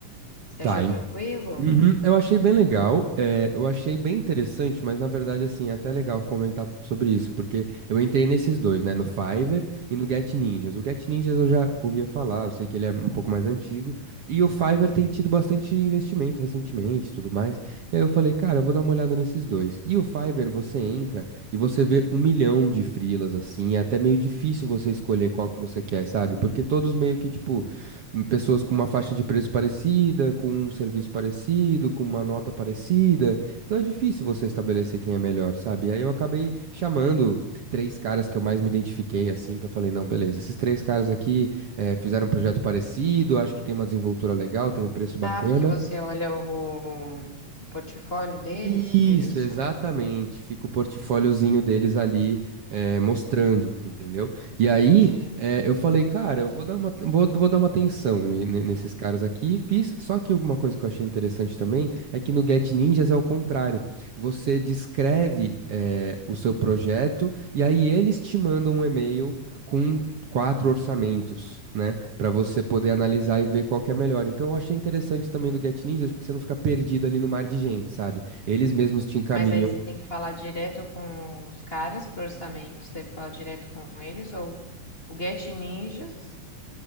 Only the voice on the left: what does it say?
Você
achou tranquilo?
Ah, porque você olha o, o portfólio deles,
tipo isso?
Entendi.
Mas aí você tem que falar direto com os caras pro orçamento, você tem que falar direto com eles, ou o Get Ninjas,